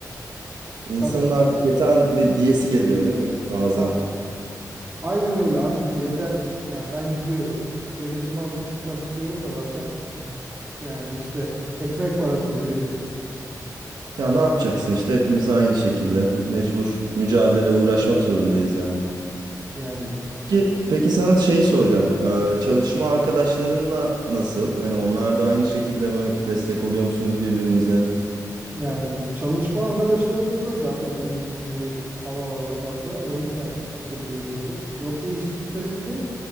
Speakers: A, on the right (about 90°); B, on the right (about 30°).
A: insanın
B: saçma
A: artık yeter di- diyesi geliyor değil mi bazen?
B: ah, Aynen öyle artık yeter. Ya ben gidiyorum. Ceketimi alıp çıkmak istiyorum da bazen. Yani işte ekmek parası diyebiliriz.
A: Ya ne yapacaksın işte hepimiz aynı şekilde mecbur mücadele uğraşmak zorundayız yani.
B: Yani
A: Peki, peki sana şeyi soracağım. Ee, çalışma arkadaşlarınla nasıl? Hani onlar da aynı şekilde mi destek oluyor musunuz birbirinize?
B: yani çalışma arkadaşlarımızla zaten uyumsuz bir hava var ortamda. O yüzden sıkıntı yaşıyoruz. Yoksa iş stresli değil.